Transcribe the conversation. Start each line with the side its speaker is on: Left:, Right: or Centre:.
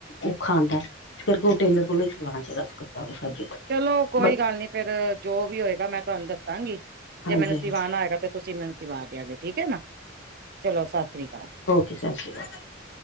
Left: ਔਖਾ ਆਉਂਦਾ ਹੈ। ਇਸ ਕਰਕੇ ਉਹ ਟੇਲਰ ਕੋਲੋਂ ਈ ਸੂਉਣਾ ਚਾਹੀਦਾ ਓਹ ਕੱਪੜਾ, ਫੈਬਰਿਕ।
Right: ਚਲੋਂ ਕੋਈ
Left: ਬਟ
Right: ਗੱਲ ਨੀ ਫੇਰ, ਜੋ ਵੀ ਹੋਏਗਾ ਮੈਂ ਤੁਹਾਨੂੰ ਦੱਸਾਂਗੀ। ਜੇ
Left: ਹਾਂਜੀ
Right: ਮੈਨੂੰ ਸਿਵਾਣਾ
Left: ਹਾਂਜੀ
Right: ਹੋਏਗਾ ਤੇ ਤੁਸੀਂ ਮੈਨੂੰ ਸਿਵਾ ਦਿਆ ਜੇ, ਠੀਕ ਐ ਨਾ, ਚਲੋ ਸਤਿ ਸ੍ਰੀ ਅਕਾਲ।
Left: ਜੀ ਸਤਿ ਸ੍ਰੀ ਕਾਲ।